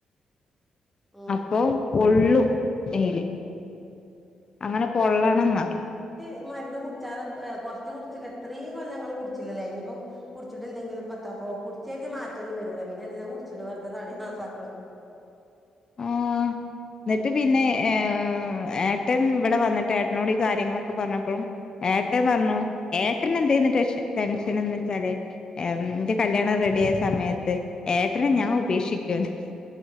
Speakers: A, in the centre; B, on the left.
A: ഉം
B: അപ്പൊ പൊള്ളു മേല് അങ്ങനെ പൊള്ളണം ന്നറി
A: ഈ മരുന്ന് കുടിച്ചാലെ ഏഹ് കുറച്ച് കുടിച്ച് എത്രയും കൊല്ലങ്ങള് കുടിച്ചില്ലല്ലേ ഇനിയിപ്പോ കുടിച്ചിട്ടില്ലെങ്കിലും പത്ത അപ്പൊ കുടിച്ചഴതി മാറ്റൊന്നും വരൂല പിന്നെ എന്തിന കുടിച്ചണ് വെറുതെ താടി നാസാക്കണ്
B: ആഹ് എന്നിട്ട് പിന്നെ ഏഹ് ഏട്ടൻ ഇവിടെ വന്നിട്ട് ഏട്ടനോട് ഈ കാര്യങ്ങളൊക്കെ പറഞ്ഞപ്പോഴും ഏട്ടെ പറഞ്ഞു ഏട്ടന് എന്തെര്ന്ന് ടെഷേ ടെൻഷൻ
A: ഉം
B: എന്ന് വെച്ചാല് ന്റെ കല്ല്യാണം റെഡി ആയ സമയത്ത് ഏട്ടനെ ഞാൻ ഉപേക്ഷിക്കുവോന്ന്